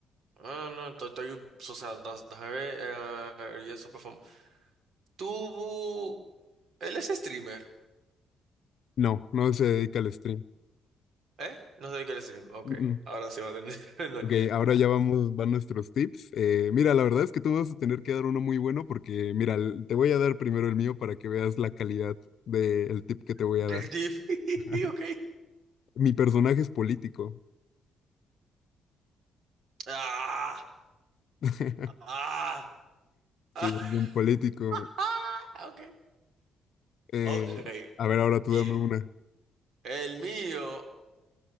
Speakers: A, on the right; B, on the left.
A: Ah, no, estoy, estoy- o sea, das- déjame ver, eh, y es súper famoso. Tuvo... Él es streamer,
B: No, no se dedica al stream.
A: ¿eh? No sé de qué es streamer. Ok,
B: Mm, mm.
A: ahora sí va a tener... <laughs>
B: Ok, ahora ya vamos, van nuestros tips. Eh, mira, la verdad es que tú me vas a tener que dar uno muy bueno porque, mira, l- te voy a dar primero el mío para que veas la calidad del tip que te voy
A: Del
B: a dar.
A: Tiff. <laughs>
B: <laughs>
A: Ok.
B: Mi personaje es político.
A: Ah,
B: <laughs>
A: ah. Ah,
B: Sí, es un político.
A: <laughs> ok.
B: Eh,
A: Ok.
B: a ver, ahora tú
A: Y
B: dame una.
A: el mío.